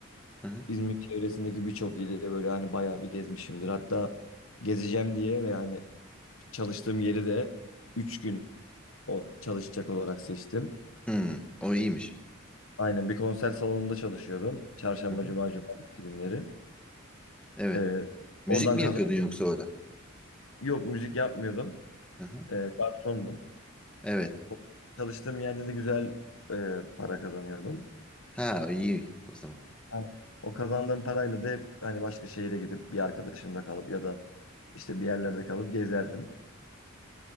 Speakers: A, in the centre; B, on the left.
A: Hı hı.
B: İzmir çevresindeki birçok ili de böyle hani bayağı bir gezmişimdir. Hatta gezeceğim diye ve yani çalıştığım yeri de 3 gün o çalışacak olarak seçtim.
A: Hmm, o iyiymiş.
B: Aynen bir konser salonunda çalışıyordum. Çarşamba,
A: Hı hı.
B: cuma, cumartesi günleri.
A: Evet.
B: Ee,
A: Müzik
B: oradan
A: mi
B: kazan.
A: yapıyordun yoksa orada?
B: Yok müzik yapmıyordum.
A: Hı hı.
B: Ee, garsondum.
A: Evet.
B: O- Çalıştığım yerde de güzel e, para kazanıyordum.
A: Ha iyi o zaman.
B: Aynen. O kazandığım parayla da hep hani başka şehire gidip bir arkadaşımla kalıp ya da işte bir yerlerde kalıp gezerdim.